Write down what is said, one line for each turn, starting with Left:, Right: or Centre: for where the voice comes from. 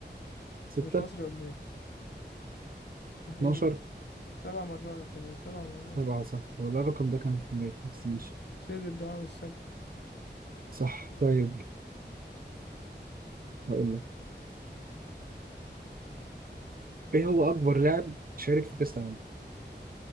Right: ستة
Left: أنت مش مصري ولا إيه؟ مستحيل
Right: 12
Left: سبع مرات يا بيه سبع مرات
Right: سبعة صح ولا الرقم ده كان في البيت بس ماشي
Left: سر الدعاء والسجد
Right: صح طيب هقول لك ايه هو اكبر لاعب شارك في كاس العالم